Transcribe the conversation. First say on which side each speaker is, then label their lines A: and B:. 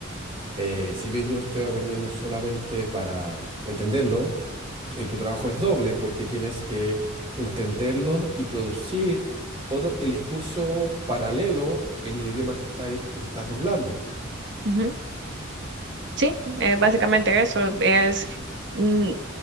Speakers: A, on the right; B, on the right.
A: Eh, si bien yo lo estoy aprendiendo solamente para entenderlo, eh, tu trabajo es doble porque tienes que entenderlo y producir otro, el discurso paralelo en el idioma que, está, que estás doblando.
B: Ujú. Sí, eh, básicamente eso es. mm,